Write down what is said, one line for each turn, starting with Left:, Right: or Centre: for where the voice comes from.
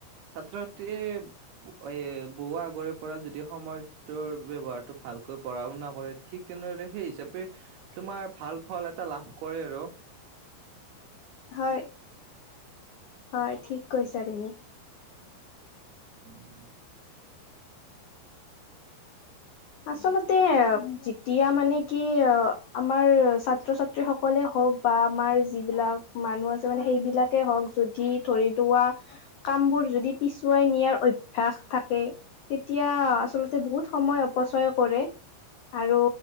Right: ছাত্ৰ ছাত্ৰীয়ে এ বহু আগৰে পৰা যদি সময়টোৰ ব্যৱহাৰটো ভালকৈ পঢ়াও নকৰে ঠিক দিনৰে সেই হিচাপে তোমাৰ ভাল ফল এটা লাভ কৰে আৰু।
Left: হয় হয় ঠিক কৈছা তুমি।
Right: উম।
Left: আচলতে যেতিয়া মানে কি আমাৰ ছাত্ৰ ছাত্ৰী সকলে হওক বা আমাৰ যিবিলাক মানুহ আছে মানে সেইবিলাকে হওক যদি ধৰি লোৱা কাম বোৰ যদি পিছুৱাই নিয়াৰ অভ্যাস থাকে তেতিয়া আচলতে বহুত সময় অপচয় কৰে আৰু